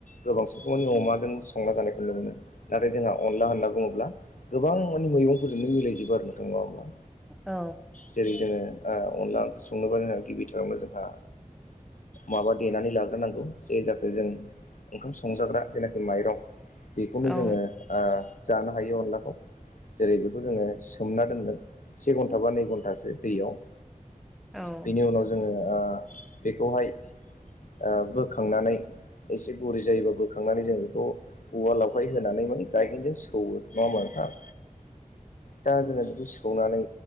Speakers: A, on the left; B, in the centre.
A: गोबांसिनखौ अमाजों संना जानायखौ नुनो मोनो नाथाय जोंहा अनला होनना बुङोब्ला गोबां माने मैगंफोरजोंनो मिलायजोबो आरो नोंथां नङा होमब्ला?
B: औ
A: जेरै जोङो ओ अनला ओंख्रि संनोबा जोंहा गिबिथारावनो जोंहा माबा देनानै लाग्रोनांगौ जे जाखो जों ओंखाम संजाग्रा जेनाखि माइरं बेखौनो
B: औ
A: जोङो ओ जानो हायो अनलाखौ। जेरै बेखौ जोङो सोमना दोनगोन से घन्टा बा नै घन्टासो दैयाव
B: औ
A: बेनि जोङो ओ बेखौहाय ओ बोखांनानै एसे गुरै जायोबा बोखांनानै जों बेखौ औवा लावखाय होनानै माने गाइगेनजों सौवो। नङा होनबा नोंथां? दा जोङो बिखौ सौनानै